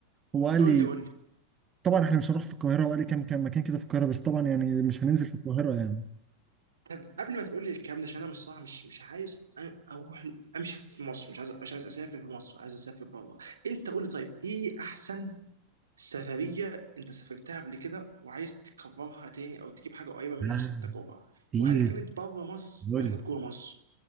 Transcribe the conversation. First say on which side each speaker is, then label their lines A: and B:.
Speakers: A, on the right (about 25°); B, on the right (about 70°).
A: هو قال
B: قول
A: لي
B: لي قول لي
A: طبعا احنا مش هنروح في القاهره وقال لي كام كام مكان كده في القاهره بس طبعا يعني مش هننزل في القاهره يعني
B: طب قبل ما تقول لي الكلام ده عشان انا مش صح مش مش عايز أ- اروح امشي في مصر مش عايز مش عايز اسافر في مصر عايز اسافر بره انت قول لي طيب ايه احسن سفرية أنت سافرتها قبل كده وعايز تكررها تاني أو تجيب حاجة قريبة من
A: لا
B: نفس التجربة
A: كتير
B: وهل كانت بره مصر
A: قول
B: ولا كانت جوه مصر؟